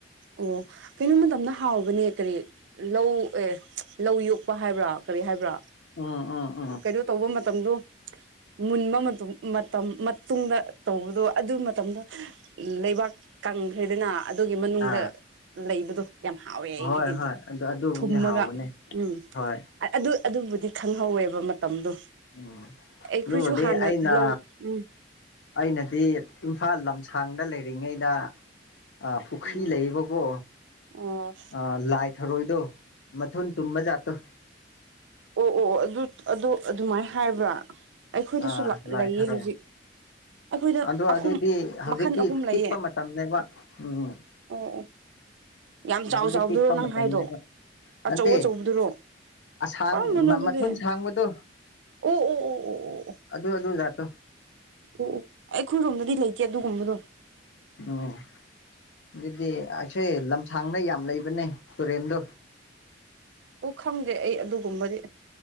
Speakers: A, on the right; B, on the left.
A: ꯑꯣ ꯀꯩꯅꯣꯝ ꯃꯇꯝꯗ ꯍꯥꯎꯕꯅꯦ ꯀꯔꯤ ꯂꯧ ꯑꯦ ꯂꯧ ꯌꯣꯛꯄ ꯍꯥꯏꯕ꯭ꯔꯥ ꯀꯔꯤ ꯍꯥꯏꯕ꯭ꯔꯥ
B: ꯎꯝ ꯎꯝ ꯎꯝ
A: ꯀꯩꯅꯣ ꯇꯧꯕ ꯃꯇꯝꯗꯣ ꯃꯨꯟꯕ ꯃꯇꯝ ꯃꯇꯨꯡꯗ ꯇꯧꯕꯗꯣ ꯑꯗꯨ ꯃꯇꯝꯗ ꯂꯩꯕꯥꯛ ꯀꯪꯈ꯭ꯔꯦꯗꯅ ꯑꯗꯨꯒꯤ ꯃꯅꯨꯡꯗ
B: ꯑꯥ
A: ꯂꯩꯕꯗꯣ ꯌꯥꯝ ꯍꯥꯎꯋꯦ ꯑꯩꯒꯤꯗꯤ
B: ꯍꯣꯏ
A: ꯑꯗꯨ
B: ꯍꯣꯏ ꯑꯗꯨꯕꯨꯗꯤ
A: ꯊꯨꯝꯃꯒ
B: ꯍꯥꯎꯕꯅꯦ
A: ꯎꯝ
B: ꯍꯣꯏ
A: ꯑꯗꯨ ꯑꯗꯨꯕꯨꯗꯤ ꯈꯪꯍꯧꯋꯦꯕ ꯃꯇꯝꯗꯣ
B: ꯎꯝ
A: ꯑꯩꯈꯣꯏꯁꯨ
B: ꯑꯗꯨꯕꯨꯗꯤ
A: ꯍꯥꯟꯅ
B: ꯑꯩꯅ
A: ꯂꯧ ꯎꯝ
B: ꯑꯩꯅꯗꯤ ꯏꯝꯐꯥꯜ ꯂꯝꯁꯥꯡꯗ ꯂꯩꯔꯤꯉꯩꯗ ꯑ ꯄꯨꯈ꯭ꯔꯤ
A: ꯎꯝ
B: ꯂꯩꯑꯦꯕꯀꯣ
A: ꯑꯣ
B: ꯑ ꯂꯥꯏ ꯊꯔꯣꯏꯗꯣ ꯃꯊꯨꯟ ꯇꯨꯝꯕ ꯖꯥꯠꯇꯣ
A: ꯑꯣ ꯑꯣ ꯑꯣ ꯑꯗꯨꯠ ꯑꯗꯨ ꯑꯗꯨꯃꯥꯏ ꯍꯥꯏꯕ꯭ꯔꯥ ꯑꯩꯈꯣꯏꯗꯁꯨ
B: ꯑꯥ
A: ꯂꯥꯛ
B: ꯂꯥꯏ
A: ꯂꯩꯌꯦ
B: ꯊꯥꯔꯛꯑꯦ
A: ꯍꯧꯖꯤꯛ ꯑꯩꯈꯣꯏꯗ
B: ꯑꯗꯣ
A: ꯑꯍꯨꯝ
B: ꯑꯗꯨꯗꯤ ꯍꯧꯖꯤꯛꯇꯤ
A: ꯃꯈꯜ ꯑꯍꯨꯝ ꯂꯩꯌꯦ
B: ꯄꯤꯛꯄ ꯃꯇꯝꯅꯦꯕ ꯎꯝ
A: ꯑꯣ ꯑꯣ ꯌꯥꯝ
B: ꯍꯧꯖꯤꯛꯇꯤ
A: ꯆꯥꯎ ꯆꯥꯎꯗꯨꯔꯣ
B: ꯄꯤꯛꯄ
A: ꯅꯪ
B: ꯃꯇꯝꯅꯦꯕ
A: ꯍꯥꯏꯗꯣ ꯑꯆꯧ
B: ꯅꯠꯇꯦ
A: ꯑꯆꯧꯕꯗꯨꯔꯣ
B: ꯑꯁꯥꯡ
A: ꯀꯔꯝꯕꯅꯣ ꯑꯗꯨꯗꯤ
B: ꯃꯊꯨꯟ ꯁꯥꯡꯕꯗꯣ
A: ꯑꯣ ꯑꯣ ꯑꯣ ꯑꯣ
B: ꯑꯗꯨ ꯑꯗꯨ ꯖꯥꯠꯇꯣ
A: ꯑꯣ ꯑꯣ ꯑꯩꯈꯣꯏꯔꯣꯝꯗꯗꯤ ꯂꯩꯇꯦ ꯑꯗꯨꯒꯨꯝꯕꯗꯣ
B: ꯎꯝ ꯑꯗꯨꯗꯤ ꯑꯩꯁꯣꯏ ꯂꯝꯁꯥꯡꯗ ꯌꯥꯝ ꯂꯩꯕꯅꯦ ꯇꯨꯔꯦꯟꯗꯣ
A: ꯑꯣ ꯈꯪꯗꯦ ꯑꯩ ꯑꯗꯨꯒꯨꯝꯕꯗꯤ